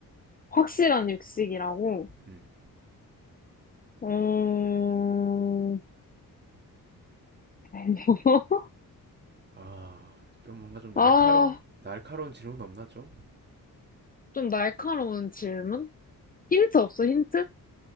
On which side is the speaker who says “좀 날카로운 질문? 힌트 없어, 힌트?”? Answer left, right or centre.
Left